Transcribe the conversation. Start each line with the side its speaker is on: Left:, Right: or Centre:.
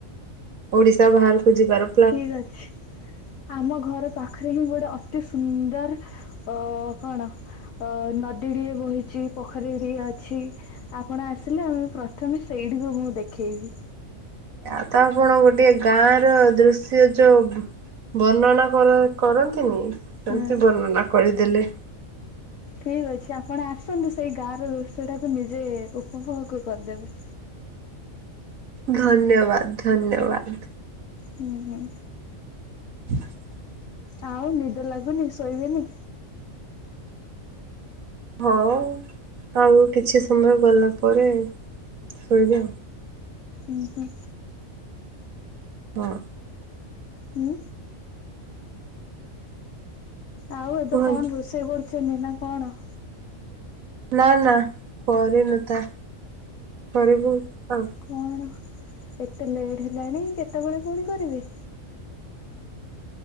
Right: ଓଡିଶା ବାହାରକୁ ଯିବା ର।
Left: ଠିକ ଅଛି ଆମ ଘର ପାଖରେ ହିଁ ଗୋଟେ ଅତି ସୁନ୍ଦର ଅ କଣ ଅ ନଦୀଟିଏ ବହିଛି ପୋଖରୀଟିଏ ଅଛି। ଆପଣ ଆସିଲେ ଆମେ ପ୍ରଥମେ ସେଇଠିକୁ ମୁଁ ଦେଖେଇବି।
Right: ଆତ ଆପଣ ଗୋଟେ ଗାଁର ଦୃଶ୍ୟ ଯୋଉ ବର୍ଣ୍ଣନା କର କରନ୍ତିନି ସେମିତି
Left: ହଁ
Right: ବର୍ଣ୍ଣନା କରିଦେଲେ।
Left: ଠିକ୍ ଅଛି ଆପଣ ଆସନ୍ତୁ ସେଇ ଗାଁର ରୋଷେଇଟାକୁ ନିଜେ ଉପଭୋଗ କରିଦେବେ?
Right: ଧନ୍ୟବାଦ୍ ଧନ୍ୟବାଦ୍।
Left: ହୁଁ ହୁଁ।
Right: <inaudible>
Left: ଆଉ ନିଦ ଲାଗୁନି ଶୋଇବେନି?
Right: ହଁ ଆଉ କିଛି ସମୟ ଗଲା ପରେ ଶୋଇବି।
Left: ଉଁ ହୁଁ।
Right: ହଁ।
Left: ଉଁ। ଆଉ ଏବେ
Right: କୁହନ୍ତୁ
Left: କଣ ରୋଷେଇ କରୁଚନ୍ତି ନା କଣ?
Right: ନା ନା କରିନୁତା କରିବୁ ଆଉ
Left: କଣ ଏତେ ଲେଟ୍ ହେଲାଣି କେତେବେଳେ ପୁଣି କରିବେ?